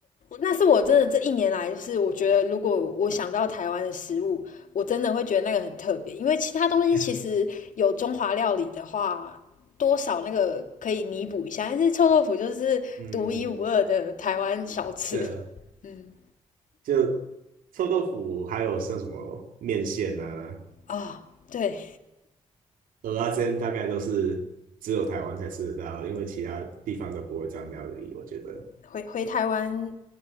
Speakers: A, on the left; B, on the right.
A: 那是我真的这一年来，就是我觉得，如果我想到台湾的食物，我真的会觉得那个很特别，因为其他东西其实有中华料理的话，
B: <laughs>
A: 多少那个可以弥补一下，但是臭豆腐就是独一无二的台湾小吃。
B: 嗯，对啊。
A: 嗯
B: 就臭豆腐，还有像什么面线啊、
A: 啊、哦对，
B: 蚵仔煎，大概都是只有台湾才吃得到，因为其他地方都不会这样料理。我觉得
A: 回回台湾